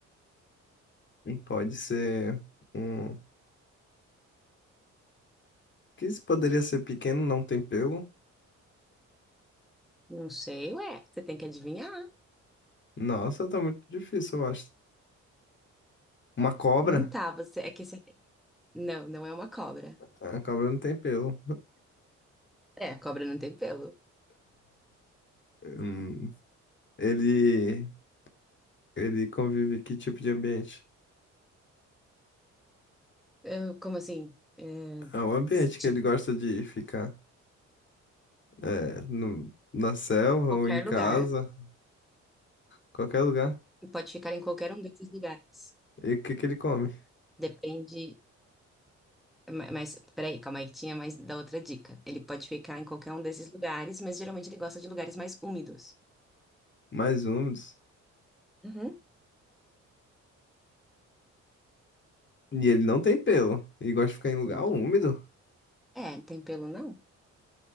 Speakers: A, on the left (about 40°); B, in the centre.
A: Pode ser um. Que isso poderia ser pequeno, não tem pelo?
B: Não sei, ué. Você tem que adivinhar.
A: Nossa, tá muito difícil, eu acho. Uma cobra?
B: Não tá, você. É que você. Não, não é uma cobra.
A: Ah, A cobra não tem pelo.
B: É, a cobra não tem pelo.
A: Hum, Ele. Ele convive que tipo de ambiente?
B: Eu- como assim? É,
A: É um ambiente
B: se, tipo,
A: que ele gosta de ficar. É, no... na selva
B: qualquer
A: ou em casa,
B: lugar.
A: qualquer lugar.
B: Pode ficar em qualquer um desses lugares.
A: E o que que ele come?
B: Depende. Ma- Mas, peraí, calma aí que tinha mais da outra dica. Ele pode ficar em qualquer um desses lugares, mas geralmente ele gosta de lugares mais úmidos.
A: mais úmidos.
B: Uhum.
A: E ele não tem pelo. E gosta de ficar em lugar
B: Não
A: úmido.
B: tem. É, tem pelo não?